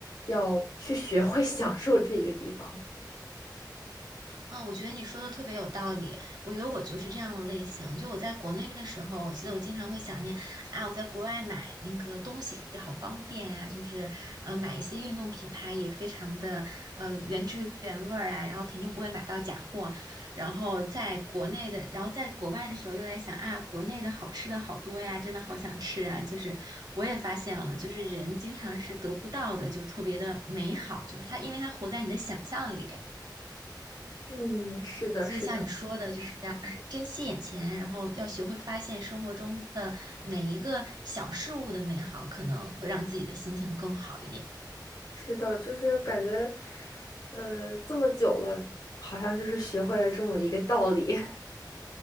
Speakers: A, on the left; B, on the right.
A: 要去学会 <laughs> 享受这一个地方。
B: 啊，我觉得你说的特别有道理。我觉得我就是这样的类型。就我在国内的时候，我记得我经常会想念啊，我在国外买那个东西好方便啊，就是呃买一些运动品牌也非常的呃原汁原味儿啊，然后肯定不会买到假货。然后在国内的，然后在国外的时候又在想啊，国内的好吃的好多呀，真的好想吃啊。就是我也发现了，就是人经常是得不到的，就特别的美好，就是它因为它活在你的想象里。
A: 嗯，是的，
B: 所以像你说的，
A: 是的，
B: 就是要是珍惜眼前，然后要学会发现生活中的每一个小事物的美好，可能会让自己的心情更好一点。
A: 是的，就是感觉，呃，这么久了，好像就是学会了这么一个道理。<laughs>